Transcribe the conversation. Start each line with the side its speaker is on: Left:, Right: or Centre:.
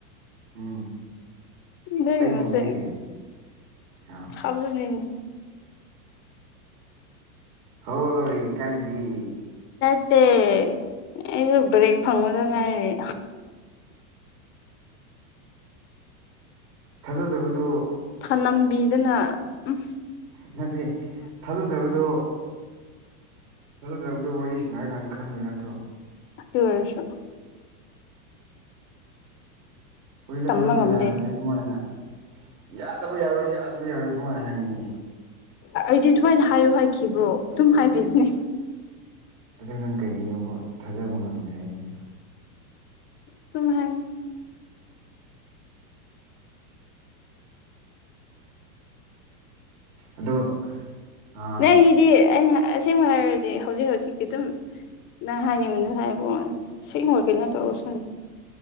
Right: ꯎꯝ
Left: ꯂꯩꯁꯩ
Right: ꯑꯩꯒꯨꯝꯕꯁꯦ ꯀꯩ ꯑꯥ
Left: ꯈꯕꯔꯅꯤꯅꯤ
Right: ꯍꯣꯏ ꯀꯥꯏꯗꯤ
Left: ꯦ ꯑꯩꯁꯨ ꯕ꯭ꯔꯦꯛ ꯐꯪꯕꯗ ꯉꯥꯏꯔꯤꯦ
Right: ꯊꯥꯖꯗꯕꯗꯨ
Left: ꯊꯅꯝꯕꯤꯗꯅ ꯎꯝ
Right: ꯅꯗꯤ ꯊꯥꯖꯗꯕꯗꯣ ꯐꯖꯗꯕꯗꯣ ꯋꯥꯔꯤꯁꯤꯅꯔ ꯀꯥꯟꯗ ꯈꯪꯗꯣꯏ ꯅꯠꯇ꯭ꯔꯣ
Left: ꯑꯗꯨ ꯋꯥꯔꯁꯣ
Right: ꯍꯨꯏꯗ
Left: ꯇꯝꯕ
Right: ꯅꯪꯅ
Left: ꯉꯝꯗꯦ
Right: ꯌꯥꯔꯗꯤꯦ ꯀꯃꯥꯏꯅ ꯌꯥꯗꯕ ꯌꯥꯔꯣꯏ ꯌꯥꯗꯕ ꯌꯥꯔꯣꯏ ꯀꯃꯥꯏꯅ ꯍꯥꯏꯅꯤ
Left: ꯑꯩꯗꯤ ꯑꯗꯨꯃꯥꯏꯅ ꯍꯥꯏꯌꯣ ꯍꯥꯏꯈꯤꯕ꯭ꯔꯣ ꯑꯗꯨꯝ ꯍꯥꯏꯕꯤꯈꯅꯦ
Right: ꯑꯗꯨ ꯅꯪ ꯀꯩꯒꯤꯅꯣꯕ ꯊꯥꯖꯕ ꯉꯝꯗꯦ ꯑꯩꯁꯦ
Left: ꯁꯨꯝꯃ ꯍꯥꯏ
Right: ꯑꯗꯣ ꯑꯥ
Left: ꯅꯪꯒꯤꯗꯤ ꯑꯩꯅ ꯑꯁꯦꯡꯕ ꯍꯥꯏꯔꯗꯤ ꯍꯧꯖꯤꯛ ꯍꯧꯖꯤꯛꯀꯤ ꯑꯗꯨꯝ ꯅ ꯍꯥꯏ ꯃꯅꯤ ꯍꯥꯏꯥꯏ ꯁꯤ ꯀꯩꯅ ꯇꯧꯁ